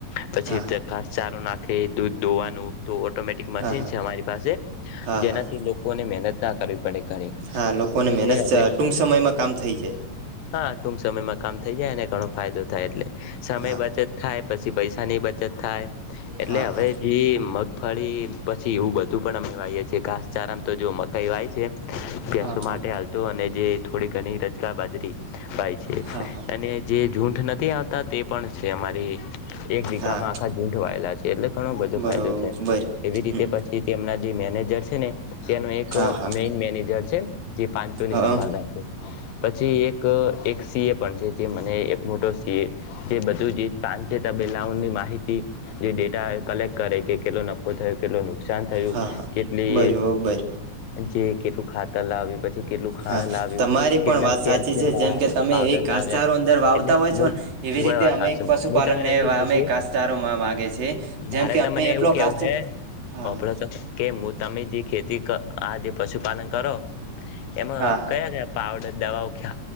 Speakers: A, on the left (about 90°); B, on the right (about 85°).
A: પછી
B: હા હા
A: ખાસ ચારો નાખે દૂધ દોવાનું તો ઓટોમેટિક મશીન
B: હા હા
A: છે અમારી પાસે
B: હા
A: જેનાથી
B: હા
A: લોકોને મહેનત ના કરવી પડે ઘણી
B: હા લોકોને
A: એટલે
B: મહેનત
A: હવે
B: ટુંક સમયમાં કામ થઈ જાય
A: હા ટૂંક સમયમાં કામ થઈ જાય અને ઘણો ફાયદો થાય એટલે સમય
B: હા
A: બચત થાય પછી પૈસાની બચત થાય એટલે
B: હા
A: હવે
B: હા
A: જે મગ ફળી પછી એવું બધું પણ અમેવાઈએ છીએ ઘાસચારામ તો જો મકાઈ વાય છે. ગસો
B: હા હા
A: માટે હાલતો અને જે થોડી ઘણી રજગાર બાજરી ભાઈ છે
B: હા હા
A: અને જે જૂઠ નથી આવતા તે પણ છે અમારી એક દીકાામાં
B: હા
A: આખા ઝૂંઠ વાયેલા છે એટલે ઘણો બધો
B: બરોબર
A: ફાયદો થાય એવી રીતે
B: હમ
A: પછી તેમના જે મેનેજર છે ને તેનો એક
B: હા હા
A: મેન મેનેજર છે. જે પાંચો ની
B: હા
A: સંભાળ રા છે. પછી એક એક સી એ પણ છે જે મને એક મોટો સીએ જે બધું જ પા છેની માહિતી જે ડેટા કલેક્ટ કરે કે કેલો નફ થયો કેટલું નુકસાન થયું
B: હા હા
A: કેટલી
B: બરોબર
A: જે કેટલું ખાતર લાવી પછી કેટલું ખાંડ
B: હા
A: લાવ્યું
B: તમારી
A: કેટલા
B: પણ વાત
A: કેલ્શિયમ
B: સાચી છે
A: વાળા
B: જેમ કે તમે
A: પાવડર
B: એ ઘાસચારો
A: લાવ્યા
B: અંદર વાવતા
A: એટલે
B: હોય
A: બ
B: છો ને એવી
A: હું
B: રીતે
A: વાું
B: અમે પશુપાલનને
A: હું તને એટલું પૂછું
B: અમે ઘાસચારો માગે છે જેમ
A: મારે
B: કે
A: તને
B: અમે એટલો
A: એવું કેવું
B: ઘાસ
A: હે
B: હા
A: વાપડ
B: હા
A: તસ કે હું તમે જે ખેતી આ જે પશુપાલન કરો એમાં
B: હા હા
A: કયા કયા પાવડર દવાઓ કય